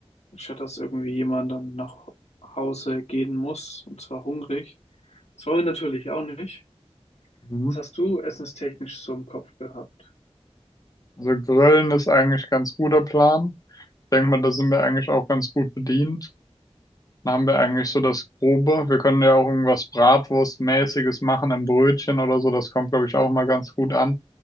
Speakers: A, on the left; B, on the left.
A: statt dass irgendwie jemand dann nach Hause gehen muss, und zwar hungrig. Das wollen wir natürlich auch nicht.
B: Mhm.
A: Was hast du essenstechnisch so im Kopf gehabt?
B: Also Grillen ist eigentlich ein ganz guter Plan. Ich denke mal, da sind wir eigentlich auch ganz gut bedient. Dann haben wir eigentlich so das Grobe. Wir können ja auch irgendwas Bratwurstmäßiges machen, ein Brötchen oder so. Das kommt, glaube ich, auch mal ganz gut an.